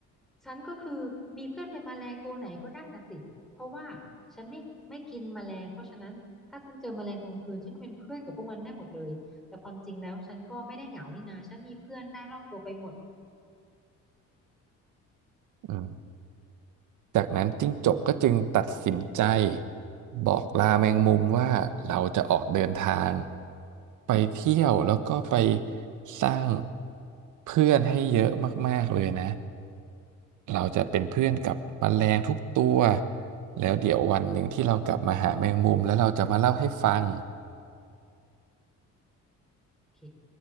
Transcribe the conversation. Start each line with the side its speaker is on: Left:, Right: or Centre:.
Centre: ฉันก็คือมีเพื่อนเป็นแมลงตัวไหนก็ได้น่ะสิเพราะว่าฉันไม่ไม่กินแมลงเพราะฉะนั้นถ้าฉันเจอแมลงตอนกลางคืนฉันก็เป็นเพื่อนกับพวกมันได้หมดเลยแต่ความจริงแล้วฉันก็ไม่ได้เหงานี่นาฉันมีเพื่อนได้รอบตัวไปหมด
Right: อืม จากนั้นจิ้งจกก็จึงตัดสินใจบอกลาแมงมุมว่าเราจะออกเดินทางไปเที่ยวแล้วก็ไปสร้างเพื่อนให้เยอะมากๆเลยนะเราจะเป็นเพื่อนกับแมลงทุกตัวแล้วเดี๋ยววันหนึ่งที่เรากลับมาหาแมงมุมแล้วเราจะมาเล่าให้ฟัง
Centre: โอเค